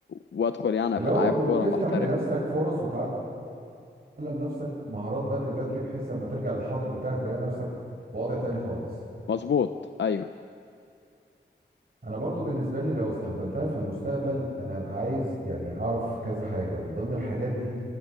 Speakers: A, on the left; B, on the right.
A: وادخل يعني
B: اللي
A: ابقى
B: هو
A: لعيب
B: بتفتح
A: كوره محترف
B: لنفسك فرص وتعلم نفسك مهارات بدري بدري بحيث لما ترجع للحاضر بتاعك تلاقي نفسك في وضع تاني خالص
A: مظبوط ايوه
B: انا برضو بالنسبه لي لو استخدمتها في المستقبل انا هبقى عايز يعني اعرف كذا حاجه من ضمن الحاجات دي